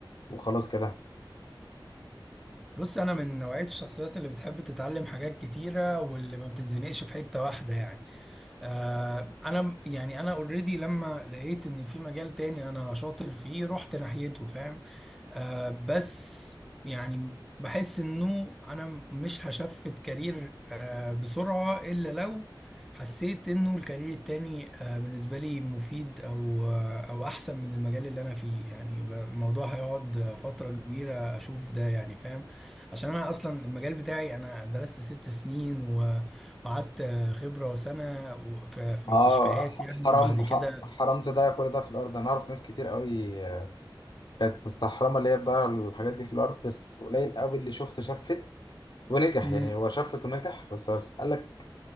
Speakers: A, on the left (about 60°); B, in the centre.
A: وخلاص كده
B: بص انا من نوعية الشخصيات اللي بتحب تتعلم حاجات كتيرة واللي ما بتتزنقش في حتة واحدة يعني آه، انا يعني انا اوريدي لما لقيت ان في مجال تاني انا شاطر فيه رحت ناحيته فاهم آه، بس يعني بحس انه انا مش هشفت كارير آه، بسرعة الا لو حسيت انه الكارير التاني آه، بالنسبة لي مفيد او آه، او احسن من المجال اللي انا فيه يعني ب- الموضوع هيقعد آه، فترة كبيرة اشوف ده يعني فاهم عشان انا اصلا المجال بتاعي انا درست ست سنين و وقعدت خبرة وسنة و- ف- في
A: اه
B: مستشفيات يعني
A: حرام
B: بعد كده
A: ح- حرام تضيع كل ده في الارض انا اعرف ناس كتير قوي كانت مستحرمه اللي هي تضيع الحاجات دي في الارض بس قليل قوي اللي شفت شفت ونجح
B: مم.
A: يعني هو شفت ونجح بس بس قال لك